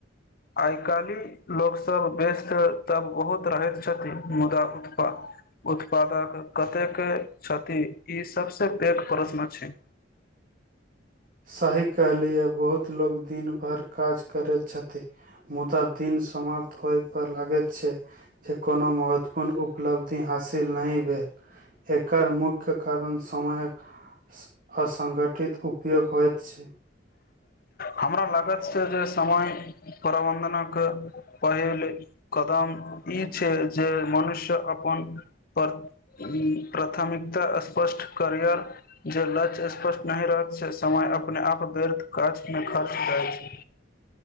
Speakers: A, on the left; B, on the right.
A: आइ काल्ही लोकोग सब व्यस्त तब बहुत रहैत छथिन मुदा उत्पाद उत्पादक कतेक छथि ई सभसँ पैघ प्रश्न छै
B: सही कहलियए बहुत लोको दिन भरि काज करैत छथि मुदा दिनसँ समाप्त होय पर लागैत छै जे कोनो महत्व पूर्ण उपलब्धि हासिल नहि भेल एकर मुख्य के कारण समयक असङ्गठित उपयोग होइत छै
A: हमरा लागत से जे समय प्रबंधनक पहिल कदम ई छै जे मनुष्य अपन पर उ प्राथमिकता स्पष्ट करियर जे लक्ष्य स्पष्ट नहि रहत से समय अपने आप व्यर्थ काजमे खर्च जाैत छै